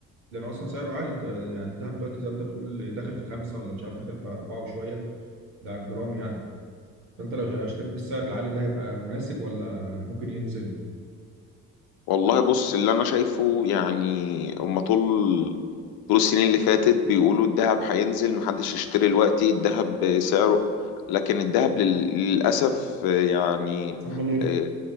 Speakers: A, on the right (about 75°); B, on the left (about 55°).
A: لانه اصلا سعره عالي انت يعني الدهب دلوقتي زي ما انت بتقول داخل في خمسه ولا مش عارف داخل في اربعه وشويه ده على الجرام يعني فانت لو اشتريت بالسعر العالي ده هيبقى مناسب ولا ممكن ينزل؟
B: والله بص اللي أنا شايفه يعني هما طول طول السنين اللي فاتت بيقولوا الذهب هينزل محدش يشتري دلوقتي الذهب سعره لكن الذهب لل- للأسف آه، يعني
A: عمال يرفع
B: آه،